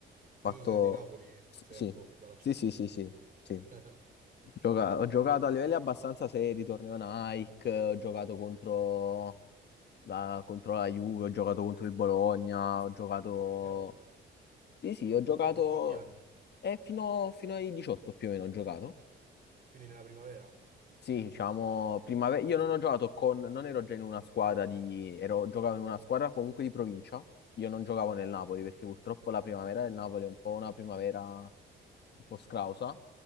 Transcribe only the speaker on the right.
Tu
sei di Napoli,
sento
dall'accento.
<laughs> Ok.
Ah, cavolo.
Ma quanti anni?
Quindi nella primavera?